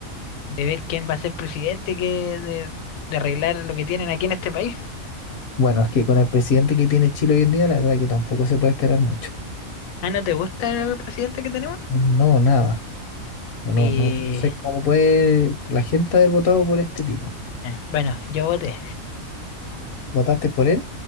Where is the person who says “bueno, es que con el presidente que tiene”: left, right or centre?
Left